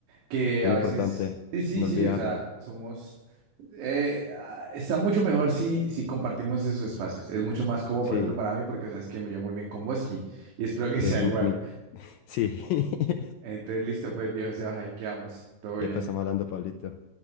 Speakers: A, on the right (about 90°); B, on the left (about 80°).
A: que
B: Es
A: a
B: lo
A: veces,
B: importante,
A: sí, sí,
B: no
A: sí,
B: olvidarlo.
A: o sea, somos, eh, ah, está mucho mejor si, si compartimos esos espacios. Es mucho más cómodo,
B: Sí,
A: por ejemplo, para mí, porque sabes que me llevo muy bien con vos y, y espero que <laughs> sea
B: eh,
A: igual.
B: mi- <laughs> sí. <laughs>
A: Entonces, listo, pues, viejo, se baja y quedamos. Todo bien.
B: Epa, estamos hablando, Pablito.